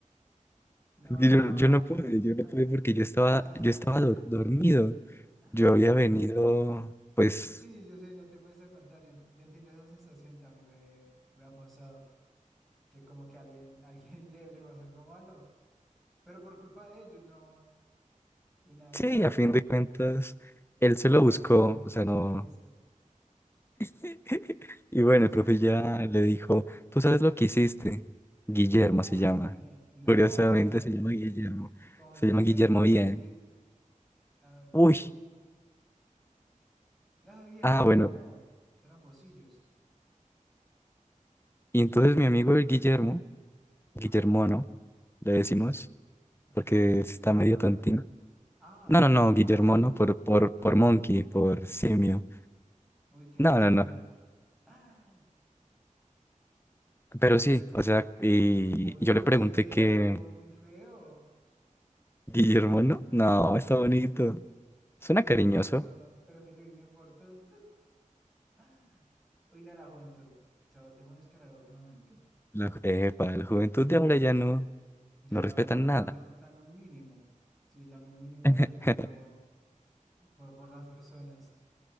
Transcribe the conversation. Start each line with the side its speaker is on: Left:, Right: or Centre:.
Centre: no,
Left: Yo,
Centre: normal.
Left: yo no pude, yo
Centre: <laughs>
Left: no pude porque yo estaba, yo estaba dor- dormido.
Centre: <laughs>
Left: Yo había venido, pues,
Centre: Sí, yo sé, no te puedes aguantar. Yo, yo entiendo esa sensación, también me, me ha pasado. Que como que a alguien, <laughs> alguien le, le pasa algo malo, pero por culpa de ellos, no. Y nada
Left: sí,
Centre: grave.
Left: a fin de cuentas, él
Centre: Y
Left: se
Centre: claro,
Left: lo buscó,
Centre: me dio
Left: o sea,
Centre: mucha
Left: no.
Centre: risa.
Left: <laughs> Y bueno,
Centre: Sí,
Left: el
Centre: sí.
Left: profe ya le dijo, tú sabes lo que hiciste. Guillermo
Centre: Uy,
Left: se llama.
Centre: muy bien. No,
Left: Curiosamente se llama Guillermo.
Centre: ¿cómo
Left: Se
Centre: se
Left: llama
Centre: viene
Left: Guillermo
Centre: a llamar
Left: bien.
Centre: así? Ah, Ok.
Left: Uy,
Centre: Las vieron
Left: ah,
Centre: son
Left: bueno.
Centre: como tramposillos.
Left: Y entonces mi amigo el Guillermo, Guillermo,
Centre: Ok.
Left: ¿no? Le decimos,
Centre: Y
Left: porque
Centre: hermano,
Left: sí está
Centre: es rubio.
Left: medio tontín.
Centre: Ah,
Left: No,
Centre: es-
Left: no, no, Guillermo,
Centre: ah, le
Left: no,
Centre: dicen
Left: por,
Centre: por
Left: por,
Centre: tonto.
Left: por monkey, por simio.
Centre: Uy, qué
Left: No,
Centre: descaro.
Left: no, no.
Centre: <laughs>
Left: Pero sí, o sea, y
Centre: Uy,
Left: yo
Centre: pero
Left: le pregunté
Centre: le, le dice
Left: que
Centre: un apodo muy feo,
Left: Guillermo, no, no, está bonito. Suena
Centre: bonito,
Left: cariñoso.
Centre: pero se le dicen por tonto. <laughs> Uy, no, la juventud se ha vuelto muy descarada últimamente.
Left: La, eh, para la juventud de ahora ya no,
Centre: Ya
Left: no
Centre: no,
Left: respetan
Centre: no, no
Left: nada.
Centre: respetan un mínimo. Sí, ya no hay un mínimo
Left: <laughs>
Centre: de respeto por, por las personas.